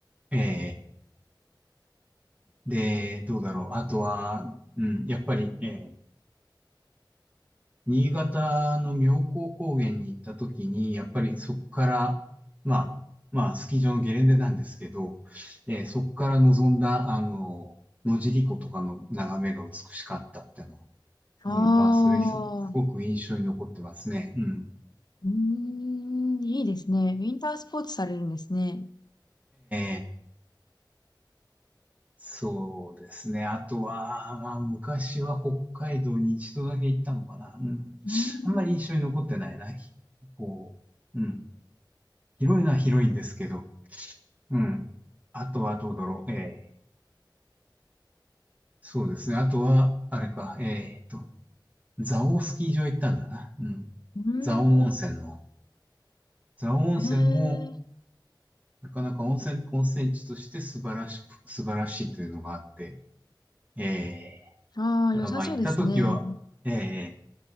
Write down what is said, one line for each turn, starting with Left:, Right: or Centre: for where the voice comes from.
Right: う、ええで、どうだろう。あとは、うん、やっぱり、ええ新潟の妙高高原に行ったときに、やっぱりそこから、まあ、まあ、スキー場のゲレンデなんですけど、ええそこから望んだ、あの、野尻湖とかの眺めが美しかったっての。
Left: ああ、
Right: うん、まあ、それす、すごく印象に残ってますね。うん。
Left: うーん、いいですね。ウィンタースポーツされるんですね。
Right: ええそうですね。あとは、まあ、昔は北海道に一度だけ行ったのかな。うん。
Left: うーん、
Right: あんまり印象に残ってないな。ひこう、うん。広いのは広いんですけど、うん。あとはどうだろう。ええ、そうですね。あとは、あれか、えーと、蔵王スキー場行ったんだな。うん。
Left: う
Right: 蔵王温泉の。蔵王温泉も、
Left: ーん、へえ。
Right: なかなか温泉、温泉地として素晴らしく、素晴らしいというのがあって、ええ。
Left: ああ、
Right: ただまあ行った時は、
Left: 良さそうですね。
Right: ええ